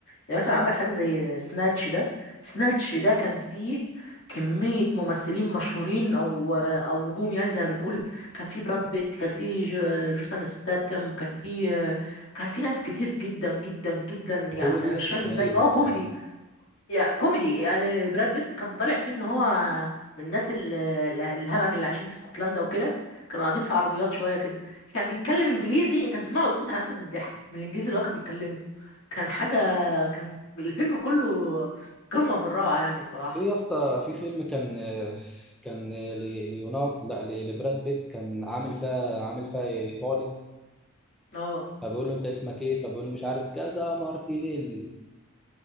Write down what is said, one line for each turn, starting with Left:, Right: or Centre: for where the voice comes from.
Left: يعني مثلا عندك حاجه زي سناتش ده سناتش ده كان فيه كميه ممثلين مشهورين او او نجوم يعني زي ما بنقول كان فيه براد بيت كان فيه جو- جوسون ستاتم كان فيه كان فيه ناس كتير جدا جدا جدا يعني
Centre: وكوميدي
Left: انا مش فاهم ازاي
Centre: غريب
Left: اه
Centre: الصراحة
Left: كوميدي يا كوميدي انا براد بيت كان طالع فيه ان هو من الناس ال- ال- الهمج اللي عايشين في اسكتلندا وكده كانوا قاعدين في عربيات شويه كده كان بيتكلم انجليزي انت هتسمعه وتموت على نفسك من الضحك من الانجليزي اللي هو كان بيتكلمه كان حاجه كان الفيلم كله قمه في الروعه يعني بصراحه
Centre: في يا اسطى في فيلم كان آه، كان آه، لي- ليوناردو لا ل- لبراد بيت كان عامل فيها عامل فيها إيطالي
Left: اه
Centre: فبيقول له أنت اسمك إيه فبيقول له مش عارف كذا مارتينيلي